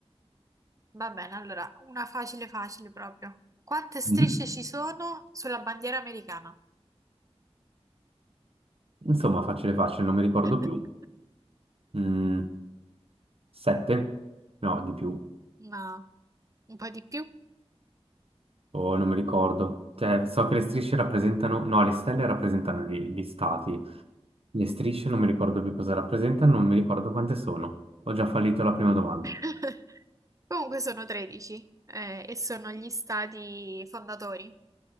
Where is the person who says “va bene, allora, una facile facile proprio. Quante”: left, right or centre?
Right